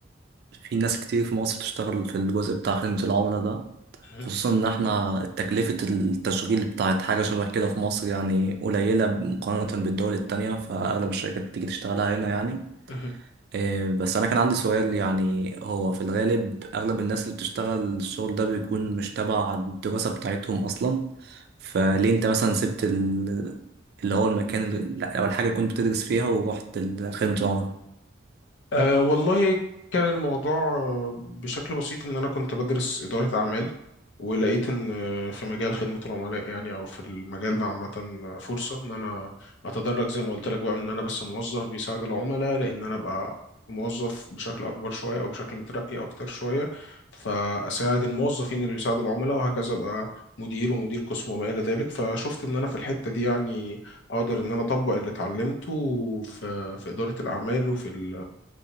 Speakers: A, on the right; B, on the left.
A: في ناس كتير في مصر بتشتغل في الجزء بتاع خدمة العملاء ده
B: مهم.
A: خصوصا إن إحنا تكلفة التشغيل بتاعت حاجة شبه كده في مصر يعني قليلة مقارنة بالدول التانية فأغلب الشركات بتيجي تشتغلها هنا يعني
B: مهم.
A: إيه، بس أنا كان عندي سؤال يعني هو في الغالب أغلب الناس اللي بتشتغل الشغل ده بيكون مش تبع الدراسة بتاعتهم أصلا فليه أنت مثلا سبت ال... اللي هو المكان اللي... أو الحاجة اللي كنت بتدرس فيها ورحت ال- خدمة العملاء
B: أه والله كان الموضوع آه، بشكل بسيط إن أنا كنت بدرس إدارة أعمال ولقيت إن آه، في مجال خدمة العملاء يعني أو في المجال ده عامة آه، فرصة إن أنا أتدرج زي ما قلت لك بقى من إن أنا بس موظف بيساعد العملاء لأن أنا أبقى موظف بشكل أكبر شوية أو بشكل مترقي أكتر شوية فأساعد الموظفين اللي بيساعدوا العملاء وهكذا أبقى مدير ومدير قسم وما إلى ذلك فشفت إن أنا في الحتة دي يعني أقدر إن أنا أطبق اللي اتعلمته في في إدارة الأعمال وفي ال